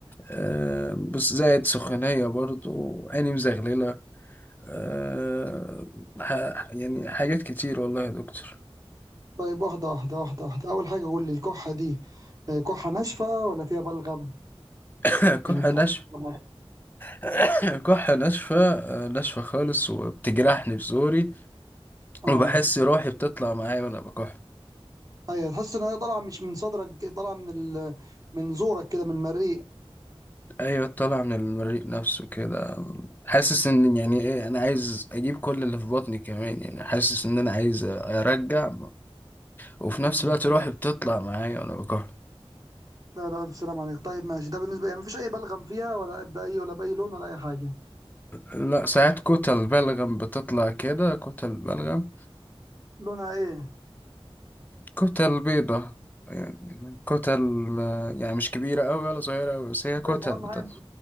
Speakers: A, on the left (about 20°); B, on the right (about 35°).
A: آه، بس زائد سخونية برضو عيني مزغللة آه، ح- يعني حاجات كتير والله يا دكتور
B: طيب واحدة واحدة واحدة واحدة أول حاجة قول لي الكحة دي آه، كحة ناشفة ولا فيها بلغم
A: <coughs> كحة
B: يعني بتطلع
A: ناشفة <coughs> كحة ناشفة آه، ناشفة خالص وبتجرحني في زوري
B: آه
A: وبحس روحي بتطلع معايا وأنا بكح
B: أيوة تحس إن هي طالعة مش من صدرك طالعة من ال... من زورك كده من المريء
A: أيوة طالعة من المريء نفسه كده حاسس إن يعني إيه أنا عايز أجيب كل اللي في بطني كمان يعني حاسس إن أنا عايز أرجع وفي
B: مم.
A: نفس الوقت روحي بتطلع معايا وأنا بكح
B: لا لا ألف سلام عليك طيب ماشي ده بالنسبة يعني مفيش أي بلغم فيها ولا بأي ولا بأي لون ولا أي حاجة
A: لا ساعات كتل بلغم بتطلع كده كتل بلغم
B: لونها ايه
A: وكتل بيضة يعني كتل آه، يعني مش كبيرة أوي ولا صغيرة أوي بس هي
B: بيضة
A: كتل
B: اهم
A: بتطلع
B: حاجه